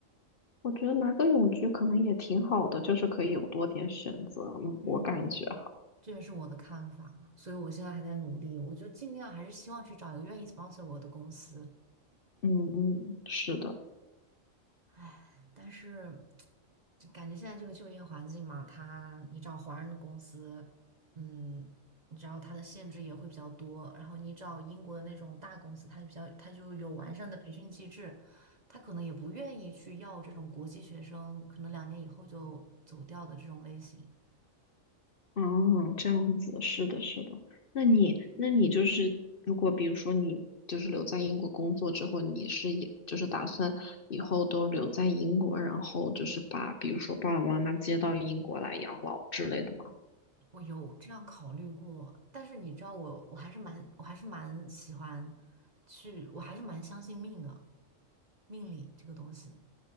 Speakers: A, on the left; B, on the right.
A: 我觉得拿个泳局可能也挺好的，就是可以有多点选择嘛，
B: 嗯，
A: 我感觉啊，
B: 这也是我的看法嘛，所以我现在还在努力，我就尽量还是希望去找一个愿意 sponsor 我的公司。
A: 嗯嗯，是的，
B: 唉，但是就感觉现在这个就业环境嘛，它你找华人的公司，嗯，你知道它的限制也会比较多，然后你找英国的那种大公司，它就比较它就有完善的培训机制，它可能也不愿意去要这种国际学生，可能两年以后就走掉的这种类型。
A: 嗯，这样子，是的，是的。那你，那你就是，如果比如说你就是留在英国工作之后，你是也就是打算以后都留在英国，然后就是把比如说爸爸妈妈接到英国来养老之类的吗？
B: 我有这样考虑过，但是你知道我，我还是蛮，我还是蛮喜欢去，我还是蛮相信命的，命理这个东西。